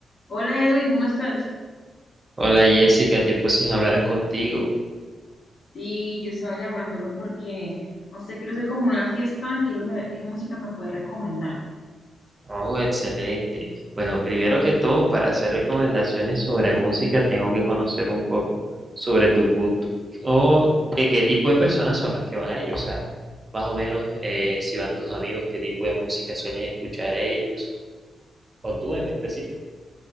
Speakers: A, on the left (about 55°); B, on the right (about 20°).
A: Hola Edwin, ¿cómo estás?
B: Hola Jessica, tiempo sin hablar contigo.
A: Sí, yo estaba llamándolo porque, no sé, quiero hacer como una fiesta, quiero saber qué música me puede recomendar.
B: Oh, excelente. Bueno, primero que todo, para hacer recomendaciones sobre música, tengo que conocer un poco sobre tus gustos o de qué tipo de personas son las que van a ir. O sea, más o menos eh, si van tus amigos, qué tipo de música suelen escuchar ellos o tú en específico.